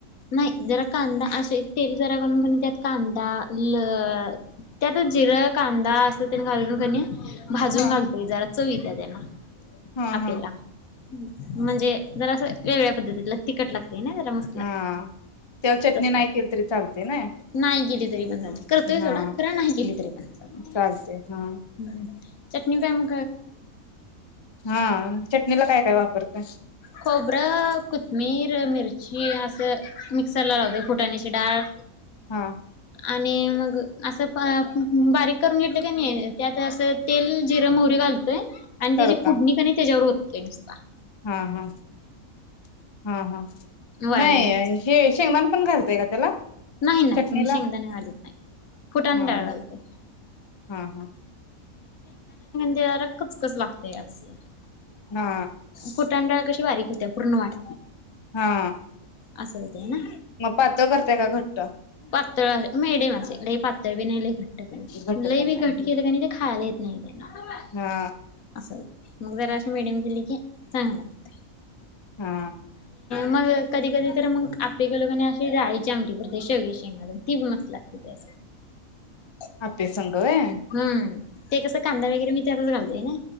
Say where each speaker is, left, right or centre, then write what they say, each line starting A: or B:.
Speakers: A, on the left; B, on the left.
A: नाही जरा कांदा असे तेल जरा घालून कि नी त्यात कांदा ल त्यातच जिरं कांदा असं तेन घालून का नी भाजून
B: हा
A: घालतोय जरा चव येती दादांना
B: हा
A: आपल्याला---हं
B: हा
A: - म्हणजे? जरा असं वेगळ्या पद्धतीतल तिखट लागत ते <unintelligible> मसला
B: हा त्याला चटणी
A: तस.
B: नाही केली तरी चालते ना
A: नाही गेली तरी पण चालते. करतोय सोडा
B: हा
A: <unintelligible>
B: चालते हा
A: हं - चटणी काय म?
B: हा- चटणीला काय काय वापर रता
A: खोबरं, कोथमिर, मिरची असं- मिक्सर लावते फुटाण्याची डाळ
B: हा
A: आणि मग असं -बा बारीक करून घेतलं का नाही त्यात असं तेल जिरं मोहरी घालत आणि त्याची
B: तडका
A: फोडणीकनी त्याच्यावर ओत- ते निस्ता
B: हा हा-हा-हा
A: वाळली
B: नाय
A: मिरची
B: हे शेंगदाण पण घालतय का त्याला?
A: नाही. नाही.
B: चटणीला
A: मी शेंगदाणे घालीत नाही फुटाने
B: हा
A: डाळ घालते.
B: हा हा
A: <unintelligible> कचकच लागतय असं-
B: हा
A: फुटाणे डाळ कशी बारीक होते पूर्ण वाट
B: हा.
A: असं <unintelligible> ना
B: मग पातळ करताय का घट्ट
A: पातळ मिडीयम असे लई पातळ बी नाही लई घट्ट बी नाही.
B: घट्ट
A: लई
B: पण
A: बी
B: नाही
A: घट केलं <unintelligible> खायला येत नाही ना.
B: हा
A: असं मग जरा अशी मीडियम केली की चांगलं लागतंय
B: हा
A: मग कधी-कधी तर मग आपल्या <unintelligible> अशी डाळीची आमटी करते शेवगे शेंगालावून ती मस्त लागते त्या
B: आप्पे संग व्हय?
A: हम्म ते कसं कांदा वगैरे मी त्यातच घालते ना